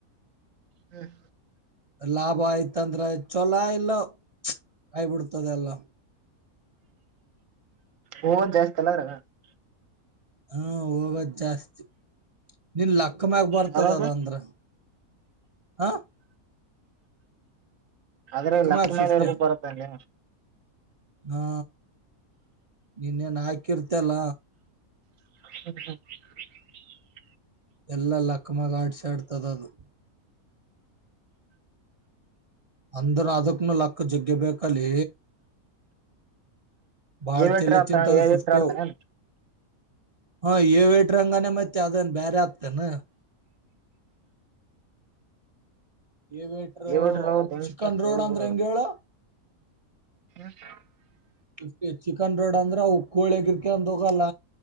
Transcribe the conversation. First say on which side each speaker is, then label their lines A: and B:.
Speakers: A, on the right; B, on the right.
A: ಹ್ಮ್.
B: ಲಾಭ ಆಯ್ತಂದ್ರೆ ಚೊಲೋ ಇಲ್ಲ ಆಗಿಬಿಡ್ತದ ಎಲ್ಲ.
A: ಹದ್ ಜಾಸ್ತಿ ಅಲ್ಲ. <unintelligible>
B: ಹ್ಮ ಹೋಗದ್ ಜಾಸ್ತಿ ನಿನ್ ಲಕ್ಕ ಮ್ಯಾಗ ಬರ್ತದ
A: ಬರೋದು
B: ಅದಂದ್ರ. ಆ.
A: ಆದ್ರೆ ಲಕ್ಕ
B: ಮ್ಯಾಗ
A: ಮೇಲ್
B: ಫಿಫ್ಟಿ
A: ಹೆಂಗ್ ಬರತ್ತ ಅನ್ಯ.
B: ಹಾ ನೀನ್ನೇನ್ ಹಾಕಿರ್ತ ಅಲ್ಲ.
A: <inaudible>
B: ಎಲ್ಲಾ ಲಕ್ಕಮಾಗ ಆಡ್ಸ ಆಡ್ತದ ಅದು. ಅಂದ್ರ ಅದಕ್ಕನೂ ಲಕ್ಕ ಜಗ್ಗೆ ಬೇಕ್ ಅಲ್ಲೆ. ಭಾಳ
A: ಏ ಬಿಟ್ರ
B: ತಲಿ
A: ಆತ
B: ತಿಂದದ
A: ಏ
B: ಫಿಫ್ಟೋ.
A: ಬಿಟ್ರ ಆಡ್ತಾನೆ
B: ಹಾ ಏವಿಯೇಟರ್ ಹಂಗೇನೇ ಮತ್ತೆ ಅದನ್ ಬೇರೆ ಆಗ್ತತೇನ. ಏವಿಯೇಟರ್
A: ಏ ಬಿಟ್ರ ದೆಂಗಸ್ಕೊಂತ
B: ಚಿಕನ್ ರೋಡ್
A: ಹೋದು
B: ಅಂದ್ರ
A: ಹಾ
B: ಹೆಂಗ ಹೇಳ.
A: <inaudible>
B: ಅಷ್ಟ ಚಿಕನ್ ರೋಡ. ಅಂದ್ರ ಅ ಕೋಳ ಎಗಿರ್ಕ ಅಂದ ಹೋಗಲ್ಲ